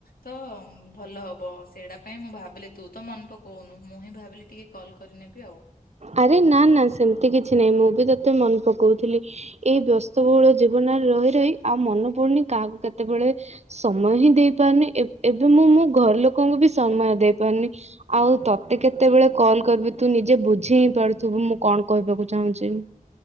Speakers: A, on the left; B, on the right.
A: ତ ଭଲ ହବ ସେଇଟା ପାଇଁ ମୁଁ ଭାବିଲି ତୁ ତ ମନେ ପକଉନୁ ମୁଁ ହିଁ ଭାବିଲି ଟିକେ କଲ୍ କରିନେବି ଆଉ।
B: ଆରେ ନା ନା ସେମିତି କିଛି ନାହିଁ ମୁଁ ବି ତତେ ମନ ପକଉଥିଲି ଏଇ ବ୍ୟସ୍ତବହୁଳ ଜୀବନ ରହି ରହି ଆଉ ମନ ପଡୁନି କାହାକୁ କେତେବେଳେ ସମୟ ହିଁ ଦେଇ ପାରୁନି ଏ-ଏବେ ମୁଁ ମୋ ଘର ଲୋକଙ୍କୁ ବି ସମୟ ଦେଇ ପାରୁନି ଆଉ ତତେ କେତେବେଳେ କଲ କରିବି ତୁ ନିଜେ ବୁ ଝି ହିଁ ପାରୁଥିବୁ ମୁଁ କଣ କହିବାକୁ ଚାହୁଁଛି।